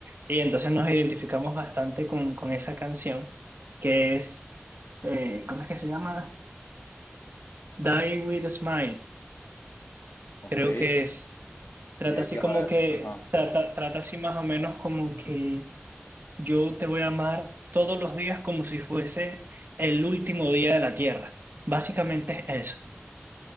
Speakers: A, on the right; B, on the left.
A: Y entonces nos identificamos bastante con, con esa canción, que es, eh, ¿cómo es que se llama? Die with a Smile,
B: Ok.
A: creo
B: ¿Y
A: que es. Trata
B: de
A: así
B: qué?
A: como
B: Ah,
A: que,
B: Ajá.
A: trata, trata así más o menos como que Yo te voy a amar todos los días como si fuese el último día de la tierra. Básicamente es eso.